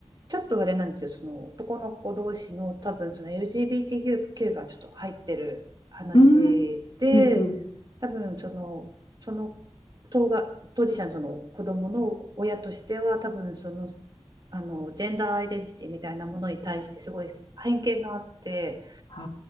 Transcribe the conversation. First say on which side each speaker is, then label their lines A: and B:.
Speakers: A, on the right (about 40°); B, on the left (about 55°).
A: ちょっとあれなんですよ、その男の子同士の多分その LGBTQ がちょっと入ってる話で、
B: うん、うん、うん。
A: 多分その、その当が当事者のその子供の親としては、多分その、あのジェンダーアイデンティティみたいなものに対してすごい偏見があって、
B: あ